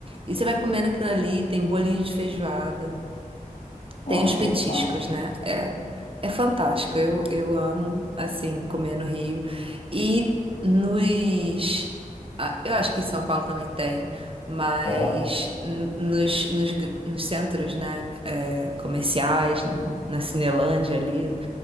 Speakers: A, on the right; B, on the left.
A: E você vai comendo aquilo ali, tem bolinho de feijoada,
B: Nossa,
A: tem os
B: bom
A: petiscos,
B: demais.
A: né? É, é fantástico. Eu, eu amo, assim, comer no Rio. E nos. ah, Eu acho que em São Paulo também tem, mas
B: Aham,
A: n- nos, nos, gr- nos centros, né? é, comerciais, na, na Cinelândia ali